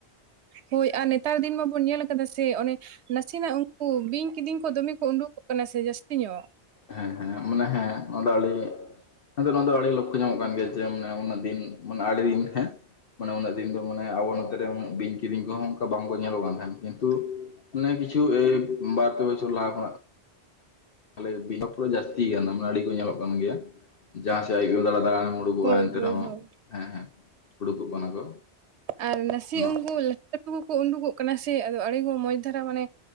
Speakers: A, on the right; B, on the left.
A: ᱦᱳᱭ ᱟᱨ ᱱᱮᱛᱟᱨ ᱫᱤᱱ ᱢᱟᱵᱚᱱ ᱧᱮᱞ ᱠᱟᱫᱟ ᱥᱮ ᱚᱱᱮ ᱱᱟᱥᱮᱱᱟᱜ ᱩᱱᱠᱩ ᱵᱤᱧ ᱠᱤᱫᱤᱧ ᱠᱚ ᱫᱚᱢᱮ ᱠᱚ ᱩᱰᱩᱠᱚᱜ ᱠᱟᱱᱟ ᱥᱮ ᱡᱟᱹᱥᱛᱤ ᱧᱚᱜ,
B: ᱦᱮᱸ ᱦᱮᱸ ᱢᱟᱱᱮ ᱦᱮᱸ ᱚᱱᱟᱫᱚ ᱟᱹᱲᱤ, <inaudible> ᱦᱮᱸᱫᱚ ᱱᱚᱣᱟ ᱫᱚ ᱟᱹᱰᱤ ᱞᱚᱠᱠᱷᱚ ᱧᱟᱢᱚᱜ ᱠᱟᱱ ᱜᱮᱭᱟ ᱡᱮ ᱢᱟᱱᱮ ᱩᱱᱟᱹᱜ ᱫᱤᱱ ᱢᱟᱱᱮ ᱟᱹᱰᱤ ᱫᱤᱱ ᱦᱮᱸ ᱢᱟᱱᱮ ᱩᱱᱟᱹᱜ ᱫᱤᱱ ᱫᱚ ᱢᱟᱱᱮ ᱟᱵᱚ ᱱᱚᱛᱮ ᱨᱮ ᱩᱱᱟᱹᱜ ᱵᱤᱧ ᱠᱤᱫᱤᱧ ᱠᱚᱦᱚᱸ ᱚᱱᱠᱟ ᱵᱟᱝ ᱠᱚ ᱧᱮᱞᱚᱜ ᱠᱟᱱ ᱛᱟᱦᱮᱸᱱ ᱠᱤᱱᱛᱩ ᱚᱱᱮ ᱠᱤᱪᱷᱩ ᱮ ᱵᱟᱨ ᱯᱮ ᱵᱚᱪᱷᱚᱨ ᱞᱟᱦᱟ ᱠᱷᱚᱱᱟᱜ, ᱟᱞᱮ ᱵᱤᱧ ᱯᱩᱨᱟᱹ ᱡᱟᱹᱥᱛᱤ ᱜᱮᱭᱟ ᱢᱟᱱᱮ ᱟᱹᱰᱤ ᱠᱚ ᱧᱮᱞᱚᱜ ᱠᱟᱱ ᱜᱮᱭᱟ ᱡᱟᱦᱟᱸ ᱥᱮᱫ ᱟᱹᱭᱩᱵ ᱫᱟᱬᱟ ᱫᱟᱬᱟᱱ, <inaudible> ᱩᱰᱩᱠᱩᱜᱼᱟ
A: ᱦᱳᱭ
B: <inaudible> ᱮᱱᱛᱮ
A: ᱦᱳᱭ
B: ᱨᱮᱦᱚᱸ
A: ᱦᱳᱭ
B: ᱦᱮᱸ ᱦᱮᱸ ᱩᱰᱩᱠᱩᱜ ᱠᱟᱱᱟ ᱠᱚ᱾
A: ᱟᱨ ᱱᱟᱥᱮ
B: ᱱᱚ
A: ᱩᱱᱠᱩ ᱞᱟᱹᱴ ᱞᱟᱹᱴᱩ ᱠᱚᱠᱚ ᱩᱰᱩᱠᱚᱜ ᱠᱟᱱᱟ ᱥᱮ ᱟᱫᱚ ᱟᱹᱲᱮ ᱠᱚ ᱢᱚᱸᱡᱽ ᱫᱷᱟᱨᱟ ᱢᱟᱱᱮ,